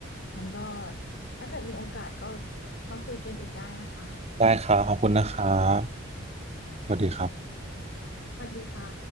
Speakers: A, on the left; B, on the right.
A: งั้นก็ถ้าเกิดมีโอกาสก็มาคุยกันอีกได้นะคะ
B: ได้ครับขอบคุณนะครับสวัสดีครับ
A: สวัสดีค่ะ